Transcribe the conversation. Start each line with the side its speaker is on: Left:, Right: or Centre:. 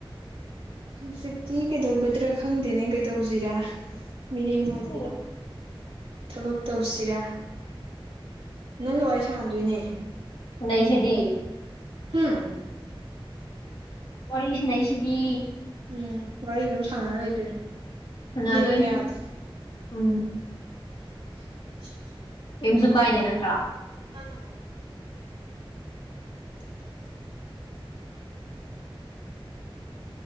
Right: ꯍꯧꯖꯤꯛꯇꯤ ꯀꯩꯗꯧꯒꯗ꯭ꯔꯥ ꯈꯪꯗꯦꯅꯦ ꯀꯩꯗꯧꯖꯤꯔꯥ ꯃꯤꯔꯦꯃ ꯑꯣꯏꯁꯤꯔꯥ
Left: ꯈꯪꯗꯦ
Right: ꯊꯕꯛ ꯇꯧꯁꯤꯔꯥ ꯅꯪꯒ ꯋꯥꯔꯤ ꯁꯥꯟꯅꯗꯣꯏꯅꯦ
Left: ꯁꯥꯟꯅꯩꯁꯤꯗꯤ
Right: ꯍꯨꯝ
Left: ꯋꯥꯔꯤ ꯁꯥꯟꯅꯩꯁꯤꯗꯤ
Right: ꯎꯝ ꯋꯥꯔꯤ ꯑꯗꯨꯝ ꯁꯥꯟꯅꯔ ꯂꯩꯗꯣꯏꯅꯦ
Left: ꯁꯥꯟꯅꯗꯨꯢꯅꯦ
Right: ꯂꯦꯞꯄ ꯌꯥꯗꯦ
Left: ꯎꯝ
Right: <inaudible>
Left: ꯀꯦꯝꯁꯨ ꯀꯥꯏꯗꯦ ꯅꯠꯇ꯭ꯔꯥ
Right: ꯀꯖꯣ <unintelligible> ꯑꯣ <inaudible>